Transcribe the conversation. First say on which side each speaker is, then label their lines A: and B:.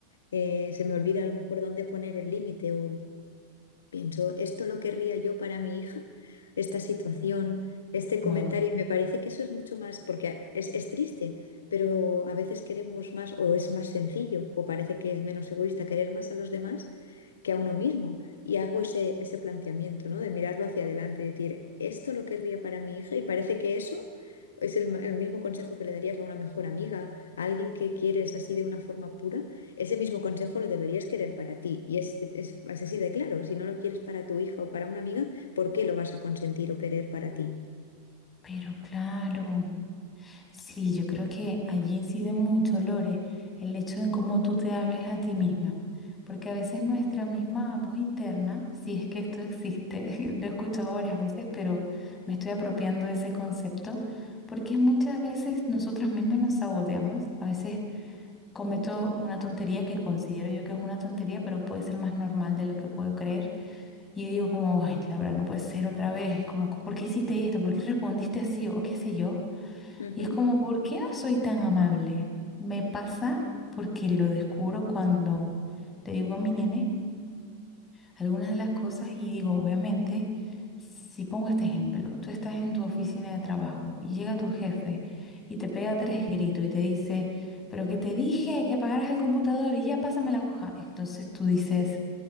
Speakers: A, on the left (about 65°); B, on the left (about 20°).
A: eh, se me olvida a lo mejor dónde poner el límite o Pienso, ¿esto lo querría yo para mi hija? Esta situación, este comentario,
B: Wow.
A: me parece que eso es mucho más, porque es, es triste, pero a veces queremos más o es más sencillo o parece que es menos egoísta querer más a los demás que a uno mismo. Y hago ese, ese planteamiento, ¿no? De mirarlo hacia adelante, decir, ¿esto lo querría para mi hija? Y parece que eso es el, el mismo consejo que le darías a una mejor amiga, a alguien que quieres así de una forma pura. Ese mismo consejo lo deberías querer para ti. Y es, es, es así de claro. Si no lo quieres para tu hija o para una amiga, ¿por qué lo vas a consentir o querer para ti?
B: Pero claro, sí, yo creo que allí incide mucho, Lore, el hecho de en cómo tú te hables a ti misma, porque a veces nuestra misma voz interna, si es que esto existe, <laughs> lo he escuchado varias veces, pero me estoy apropiando de ese concepto, porque muchas veces nosotras mismas nos saboteamos, a veces cometo una tontería que considero yo que es una tontería, pero puede ser más normal de lo que puedo creer. Y digo como, ay, Laura, no puede ser otra vez, como, ¿por qué hiciste esto? ¿Por qué respondiste así? O qué sé yo.
A: Ujú,
B: Y es como, ¿por qué no soy tan amable? Me pasa porque lo descubro cuando le digo a mi nene algunas de las cosas y digo, obviamente, si pongo este ejemplo, tú estás en tu oficina de trabajo y llega tu jefe y te pega tres gritos y te dice, pero que te dije que apagaras el computador y ya pásame la hoja. Entonces tú dices...